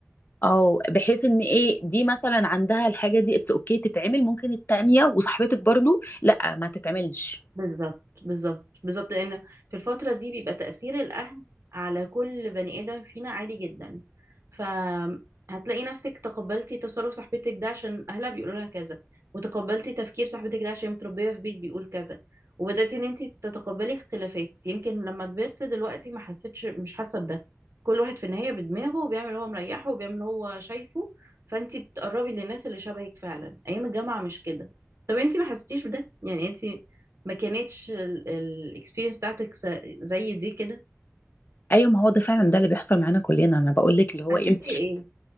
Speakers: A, on the left; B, on the right.
A: او بحيث ان ايه دي مثلا عندها الحاجه دي اتس اوكي تتعمل ممكن التانيه وصاحبتك برضو لا ما تتعملش
B: بالظبط بالظبط بالظبط لان في الفتره دي بيبقى تاثير الاهل على كل بني ادم فينا عالي جدا فهتلاقي نفسك تقبلتي تصرف صاحبتك ده عشان اهلها بيقولوا لها كذا وتقبلتي تفكير صاحبتك ده عشان متربيه في بيت بيقول كذا وبدأتي ان انت تتقبلي اختلافات يمكن لما كبرت دلوقتي ما حسيتش مش حاسه بده كل واحد في النهايه بدماغه وبيعمل هو مريحه وبيعمل هو شايفه فانت بتقربي للناس اللي شبهك فعلا ايام الجامعه مش كده طب انت ما حسيتيش بده يعني انت ما كانتش الاكسبيرينس بتاعتك س- زي دي كده
A: ايوه ما هو ده فعلا ده اللي بيحصل معانا كلنا انا بقول لك اللي هو
B: حسيتي
A: ايه
B: ايه